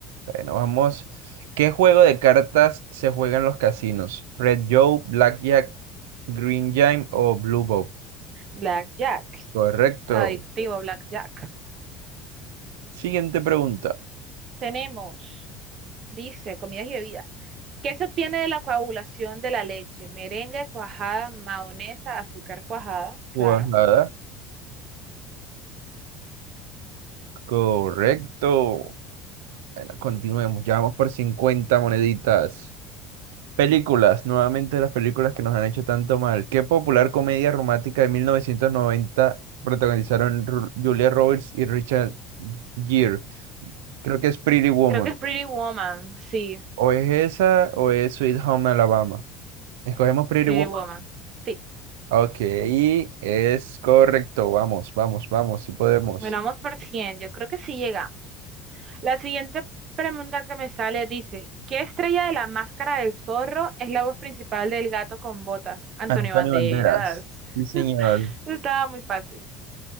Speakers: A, on the right; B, on the right.
A: Bueno, vamos. ¿Qué juego de cartas se juega en los casinos? ¿Red Joe, Blackjack, Green Jam o Blue Bob?
B: Blackjack.
A: Correcto.
B: Adictivo Blackjack.
A: Siguiente pregunta.
B: Tenemos. Dice, comidas y bebidas. ¿Qué se obtiene de la coagulación de la leche? Merengue, cuajada, mahonesa, azúcar cuajada, claro.
A: Cuajada. Correcto. Bueno, continuemos. Ya vamos por 50 moneditas. Películas, nuevamente las películas que nos han hecho tanto mal. ¿Qué popular comedia romántica de 1990 protagonizaron Ru- Julia Roberts y Richard Gere? Creo que es Pretty Woman.
B: Creo que es Pretty Woman, sí,
A: O es esa o es Sweet Home Alabama. Escogemos Pretty
B: Pretty
A: Woman.
B: Woman. Sí,
A: Ok, es correcto. Vamos, vamos, vamos, si podemos.
B: bueno, vamos por 100 yo creo que sí llegamos. La siguiente pregunta que me sale dice, ¿qué estrella de la máscara del zorro es la voz principal del gato con botas? Antonio
A: Antonio
B: Banderas.
A: Banderas. Sí,
B: <laughs>
A: señor.
B: Estaba muy fácil.